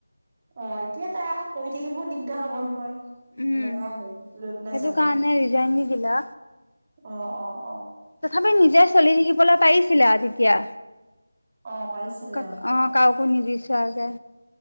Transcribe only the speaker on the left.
উম,
সেইটো
কাৰণে ৰিজাইন দি দিলা।
তথাপি নিজে চলি থাকিবলৈ পাৰিছিলা আ তেতিয়া।
কাক।
অ'হ। কাওকো নিবিছাৰাকে।